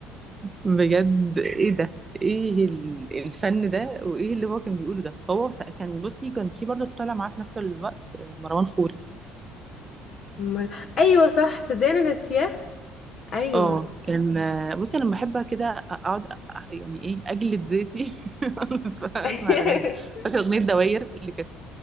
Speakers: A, on the right; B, on the left.
A: بجد ايه ده ايه ال- الفن ده وايه اللي هو كان بيقوله ده هو س- كان بصي كان في برضه طالع معاه في نفس الوقت آه، مروان خوري
B: أمال- ايوه صح تصدقني انا ناسياه ايوه
A: اه كان بصي انا لما بحبها كده اقعد أ- يعني ايه اجلد ذاتي <laughs> اسمع
B: <laughs>
A: الاغاني دي فاكره اغنيه دواير اللي كانت